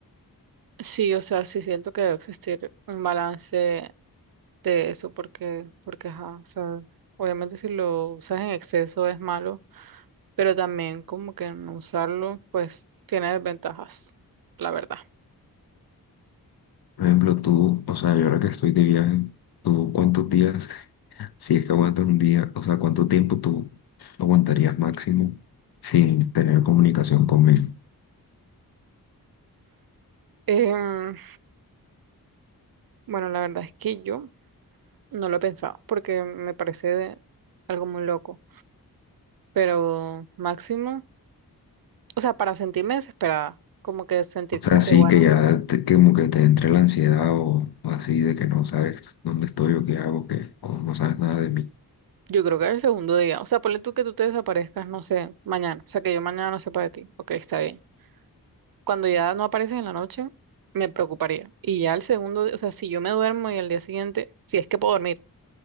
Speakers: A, on the right; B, on the left.
A: Sí, o sea, sí siento que debe existir un balance de eso porque, porque, ajá, o sea, obviamente si lo usas en exceso es malo pero también como que no usarlo, pues tiene desventajas, la verdad.
B: Por ejemplo, tú, o sea, yo ahora que estoy de viaje, ¿tú cuántos días Si es que aguantas un día, o sea, ¿cuánto tiempo tú aguantarías máximo sin tener comunicación conmigo?
A: Em, bueno, la verdad es que yo no lo he pensado porque me parece de- algo muy loco, pero máximo, o sea, para sentirme desesperada, como que sentir
B: O sea,
A: como
B: sí
A: que, bueno,
B: que ya te- que como que te entre la ansiedad o, o así de que no sabes dónde estoy o qué hago, que o no sabes nada de mí.
A: yo creo que el segundo día, o sea, ponle tú que tú te desaparezcas, no sé, mañana, o sea, que yo mañana no sepa de ti, ok, está bien. Cuando ya no apareces en la noche, me preocuparía. Y ya el segundo, día, o sea, si yo me duermo y al día siguiente, si es que puedo dormir.